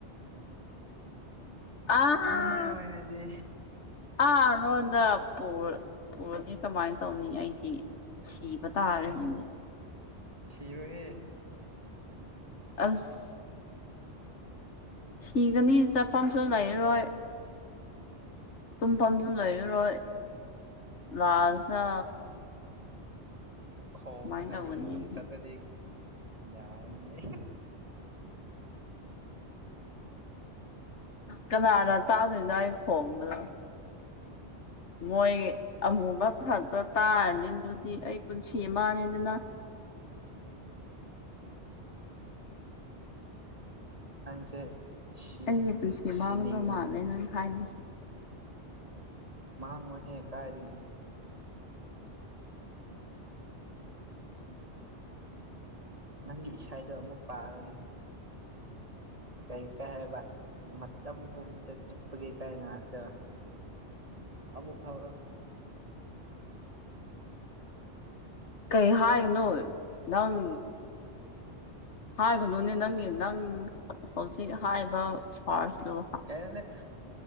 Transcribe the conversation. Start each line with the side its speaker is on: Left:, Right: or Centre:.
Left: ꯑꯥ
Right: ꯑꯗꯨꯃꯥꯏ ꯑꯣꯏꯔꯗꯤ
Left: ꯑꯥ ꯔꯣꯟꯗ ꯄꯨꯔꯥ ꯄꯨꯔꯥꯗꯤ ꯀꯃꯥꯏ ꯇꯧꯅꯤ ꯑꯩꯗꯤ ꯁꯤꯕꯥ
Right: ꯁꯦ
Left: ꯇꯥꯔꯦ ꯑꯗꯨꯗꯤ
Right: ꯁꯤꯔꯣꯏꯍꯦ
Left: ꯑꯁ ꯁꯤꯒꯥꯅꯤ ꯆꯠꯐꯝꯁꯨ ꯂꯩꯔꯣꯏ ꯇꯨꯝ ꯐꯝꯁꯨ ꯂꯩꯔꯣꯏ ꯂꯥꯁꯇꯥ
Right: ꯈꯣꯡꯅ
Left: ꯀꯃꯥꯏꯅ
Right: ꯅꯌꯨꯝꯗꯨꯝ
Left: ꯇꯧꯒꯅꯤ ꯑꯩꯗꯤ
Right: ꯆꯠꯂꯗꯤ ꯌꯥꯔꯅꯤꯌꯦ
Left: ꯀꯅꯥꯅ ꯇꯥꯗꯣꯏꯅꯣ ꯑꯩ ꯈꯣꯡꯕꯗꯣ ꯃꯣꯏ ꯑꯃꯨꯕ ꯈꯛꯇꯥ ꯇꯥꯔꯅꯤ ꯑꯗꯨꯗꯤ ꯑꯩ ꯄꯨꯟꯁꯤ ꯃꯥꯅꯤꯗꯅ
Right: ꯅꯪꯁꯦ ꯁꯤꯕꯨꯗꯤ
Left: ꯑꯩꯒꯤ ꯄꯨꯟꯁꯤ
Right: ꯁꯤꯅꯤꯡ
Left: ꯃꯥꯡꯒꯗꯧ ꯃꯥꯜꯂꯦ ꯅꯪ ꯍꯥꯏꯕꯁꯦ
Right: ꯃꯥꯡꯉꯣꯏꯍꯦ ꯀꯥꯏꯗꯒꯤ ꯅꯪꯒꯤ ꯏꯁꯩꯗꯣ ꯑꯃꯨꯛ ꯄꯥꯔꯣꯅꯦ ꯀꯩ ꯀꯩ ꯍꯥꯏꯕ ꯃꯇꯝ ꯄꯨꯝꯕꯗ ꯆꯨꯞꯄꯒꯤ ꯀꯥꯏꯅ ꯑꯗꯣ ꯑꯃꯨꯛ ꯍꯧꯔꯣ
Left: ꯀꯩ ꯍꯥꯏꯒꯅꯣ ꯅꯪ ꯍꯥꯏꯒꯅꯣꯅꯦ ꯅꯪꯒꯤ ꯅꯪ ꯍꯧꯖꯤꯛ ꯍꯥꯏꯕ ꯄꯥꯔꯁꯗꯨ
Right: ꯀꯩꯅꯣꯅꯤ